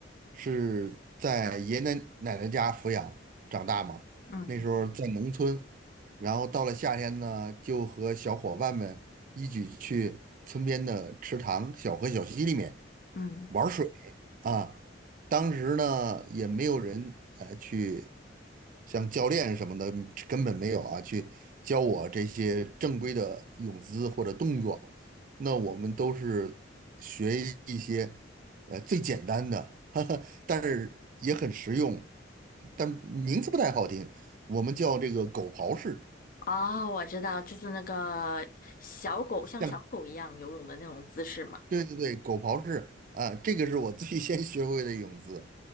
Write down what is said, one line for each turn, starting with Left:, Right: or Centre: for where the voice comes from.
Right: 是在爷爷奶奶奶家抚养长大嘛，
Left: 嗯
Right: 那时候在农村，然后到了夏天呢，就和小伙伴们一起去村边的池塘、小河、小溪里面。
Left: 嗯，
Right: 玩水啊。当时呢，也没有人呃去像教练什么的，根本没有啊，去教我这些正规的泳姿或者动作。那我们都是学一些呃最简单的，<laughs> 哈哈，但是也很实用，但名字不太好听，我们叫这个狗刨式。
Left: 哦，我知道，就是那个小狗像小狗一样游泳的那种姿势嘛。
Right: 像。对对对，狗刨式啊，这个是我最先学会的泳姿。